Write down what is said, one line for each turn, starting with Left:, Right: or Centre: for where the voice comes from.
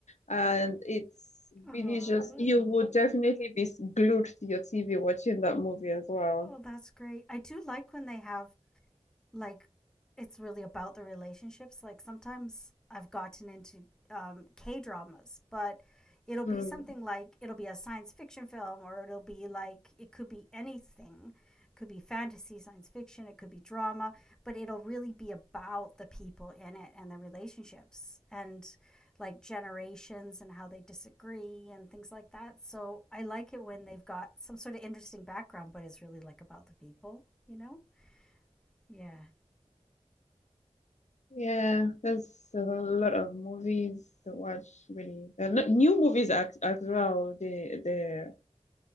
Left: and it's
Centre: oh
Left: really just, you would definitely be glued to your TV watching that movie as well.
Centre: oh that's great i do like when they have like it's really about the relationships. Like sometimes I've gotten into um, K dramas, but it'll be
Left: Mm.
Centre: something like it'll be a science fiction film, or it'll be like it could be anything. It could be fantasy, science fiction, it could be drama, but it'll really be about the people in it and the relationships and like generations and how they disagree and things like that. So I like it when they've got some sort of interesting background, but it's really like about the people, you know? Yeah.
Left: Yeah, there's a lot of movies to watch, really. They're not- new movies as, as well. They they